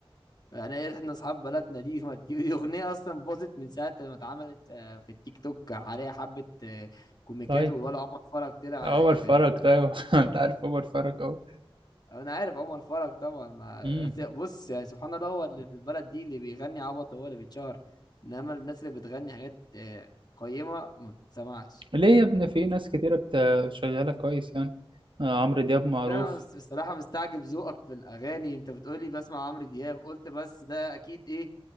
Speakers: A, on the left (about 45°); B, on the right (about 60°).
A: انا ايه احنا اصحاب بلدنا دي <laughs> دي دي اغنيه اصلا باظت من ساعه ما اتعملت آه، في التيك توك عليها حبه آه، كوميكات
B: طيب
A: ولا عمر فرج طلع
B: عمر
A: يغني
B: فرج طيب <laughs> أنت عارف عمر فرج أهو
A: انا عارف عمر فرج طبعا ما
B: مم.
A: بص يعني سبحان الله هو اللي في البلد دي اللي بيغني عبط هو اللي بيتشهر انما الناس اللي بتغني حاجات آه، قيمة ما بتتسمعش
B: ليه يا ابني في ناس كتيرة بت- شغالة كويس يعني آه، عمرو دياب معروف
A: انا بس- بصراحة مستعجب ذوقك في الاغاني انت بتقولي بسمع عمرو دياب قلت بس ده اكيد ايه